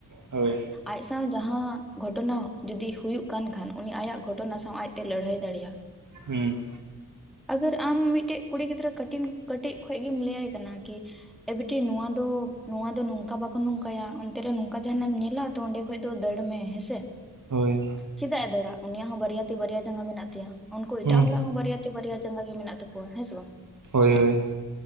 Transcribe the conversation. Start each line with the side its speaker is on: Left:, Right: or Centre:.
Right: ᱦᱩᱸ ᱦᱳᱭ
Centre: ᱟᱡ ᱥᱟᱶ ᱡᱟᱦᱟᱸ ᱜᱷᱚᱴᱚᱱᱟ ᱡᱩᱫᱤ ᱦᱩᱭᱩᱜ ᱠᱟᱱ ᱠᱷᱟᱱ ᱩᱱᱤ ᱟᱭᱟᱜ ᱜᱷᱚᱴᱚᱱᱟ ᱥᱟᱶ ᱟᱡ ᱛᱮ ᱞᱟᱹᱲᱦᱟᱹᱭ ᱫᱟᱲᱮᱭᱟᱜᱼᱟ
Right: ᱦᱩᱸ
Centre: ᱟᱜᱟᱨ ᱟᱢ ᱢᱤᱫᱴᱮᱱ ᱠᱩᱲᱤ ᱜᱤᱫᱽᱨᱟᱹ ᱠᱟᱹᱴᱤᱡ ᱠᱟᱹᱴᱤᱡ ᱠᱷᱚᱡ ᱜᱮᱢ ᱞᱟᱹᱭᱟᱭ ᱠᱟᱱᱟ ᱠᱤ ᱮ ᱵᱤᱴᱤ ᱱᱚᱣᱟ ᱫᱚ ᱱᱚᱣᱟ ᱫᱚ ᱱᱚᱝᱠᱟ ᱵᱟᱠᱚ ᱱᱚᱝᱠᱟᱭᱟ ᱚᱱᱛᱮ ᱨᱮ ᱱᱚᱝᱠᱟ ᱡᱟᱦᱟᱸᱱᱟᱜ ᱮᱢ ᱧᱮᱞᱟ ᱚᱸᱰᱮ ᱠᱷᱚᱡ ᱫᱚ ᱫᱟᱹᱲ ᱢᱮ ᱦᱮᱸᱥᱮ
Right: ᱦᱳᱭ
Centre: ᱪᱮᱫᱟᱜ ᱮ ᱫᱟᱹᱲᱼᱟ ᱩᱱᱤᱭᱟᱜ ᱦᱚᱸ ᱵᱟᱨᱭᱟ ᱛᱤ ᱵᱟᱨᱭᱟ ᱡᱟᱸᱜᱟ ᱢᱮᱱᱟᱜ ᱛᱟᱭᱟ ᱩᱱᱠᱩ ᱮᱴᱟᱜ
Right: ᱦᱩᱸ
Centre: ᱦᱚᱲᱟᱜ ᱦᱚᱸ ᱵᱟᱨᱭᱟ ᱵᱟᱨᱭᱟ ᱡᱟᱸᱜᱟ ᱜᱮ ᱢᱮᱱᱟᱜ ᱛᱟᱠᱚᱣᱟ ᱦᱮᱸ ᱥᱮ ᱵᱟᱝ
Right: ᱦᱳᱭ ᱦᱳᱭ